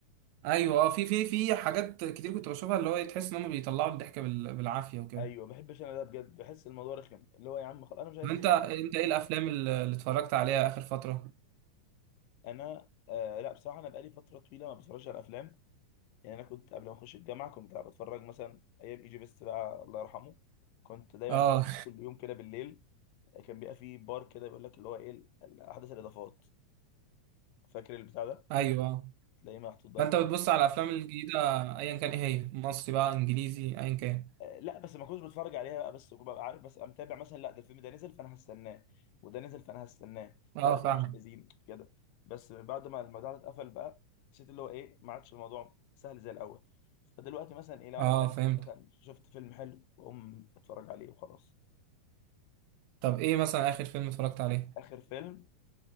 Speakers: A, on the right; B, on the left.
A: ايوه اه في في في حاجات كتير كنت بشوفها اللي هو إيه، تحس ان هم بيطلعوا الضحك بال- بالعافيه وكده
B: ايوه ما بحبش انا ده بجد بحس الموضوع رخم اللي هو يا عم خلاص انا مش عايز
A: طب انت
B: اضحك
A: انت ايه الافلام اللي اللي اتفرجت عليها اخر فتره
B: انا آه لا بصراحه انا بقالي فتره طويله ما بتفرجش على افلام يعني انا كنت قبل ما اخش الجامعه كنت بتفرج مثلا ايام ايجي بيست بقى الله يرحمه كنت دايما
A: اه
B: بخش كل يوم كده بالليل كان بيبقى فيه بار كده بيقول لك اللي هو ايه ال- احدث الاضافات فاكر البتاع
A: <laughs>
B: ده
A: ايوه آه.
B: تلاقيه محطوط بقى
A: فانت
B: كل
A: بتبص على الافلام الجديده ايا كان ايه هي مصري بقى انجليزي ايا كان
B: آه، لا بس ما كنتش بتفرج عليها بقى بس كنت ببقى عارف بس متابع مثلا لا ده الفيلم ده نزل فانا هستناه وده نزل فانا هستناه
A: اه
B: لا ده
A: فاهم
B: مش عايزين كده بس بعد ما الموضوع ده اتقفل بقى حسيت اللي هو ايه ما عادش الموضوع سهل زي الاول فدلوقتي مثلا ايه لو
A: اه
B: انا بقلب
A: فهمت
B: مثلا شفت فيلم حلو واقوم اتفرج عليه وخلاص
A: طب ايه مثلا اخر فيلم اتفرجت عليه
B: آخر فيلم